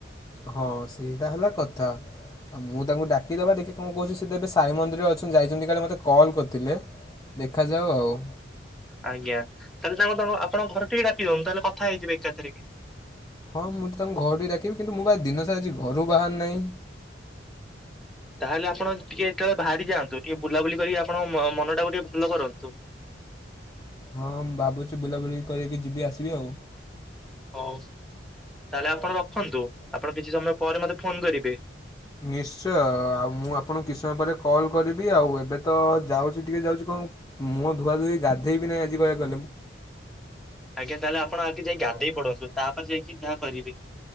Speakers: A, on the left; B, in the centre.
A: ହଁ ସେଇଟା ହେଲା କଥା ଆଉ ମୁଁ ତାଙ୍କୁ ଡାକିଦବା ଟିକେ କଣ କହୁଛି ସିଏ ତ ଏବେ ସାଇ ମନ୍ଦିର ଅଛନ୍ତି ଯାଇଛନ୍ତି କାଳେ ମୋତେ କଲ୍ କରିଥିଲେ ଦେଖାଯାଉ ଆଉ।
B: ଆଜ୍ଞା ତାହେଲେ ତାଙ୍କୁ ତାଙ୍କୁ ଆପଣଙ୍କ ଘର ଟିକେ ଡାକିଦିଅନ୍ତୁ ତା ହେଲେ କଥାହେଇଯିବେ ଏକାଥରେକେ।
A: ହଁ ମୁଁ ତ ତାଙ୍କୁ ଘରଠି ଡାକିବି କିନ୍ତୁ ମୁ ପା ଦିନସାର ଆଜି ଘରୁ ବାହାରି ନାଇ।
B: ତାହେଲେ ଆପଣ ଟିକେ କେତେବେଳେ ବାହାରି ଯାନ୍ତୁ ଟିକେ ବୁଲାବୁଲି କରିକି ଆପଣ ମନ ଟାକୁ ଟିକେ ଭଲ କରନ୍ତୁ।
A: ହଁ ମୁଁ ଭାବୁଛି ବୁଲାବୁଲି କରକି ଯିବି ଆସିବି ଆଉ।
B: ହଉ ତାହେଲେ ଆପଣ ରଖନ୍ତୁ ଆପଣ କିଛି ସମୟ ପରେ ମତେ ଫୋନ କରିବେ।
A: ନିଶ୍ଚୟ ଆଉ ମୁଁ ଆପଣଙ୍କୁ କିଛି ସମୟ ପରେ କଲ୍ କରିବି ଆଉ ଏବେ ତ ଯାଉଛି ଟିକେ ଯାଉଛି କଣ ମୁହଁ ଧୁଆ ଧୁଇ ହୋଇ ଗାଧେଇ ବିି ନାହିଁ ଆଜି କହିବାକୁ ଗଲେ ମୁଁ।
B: ଆଜ୍ଞା, ତାହେଲେ ଆପଣ ଆଗେ ଯାଇ ଗାଧେଇ ପଡ଼ନ୍ତୁ, ତା ପରେ ଯାଇକି ଯାହା କରିବେ।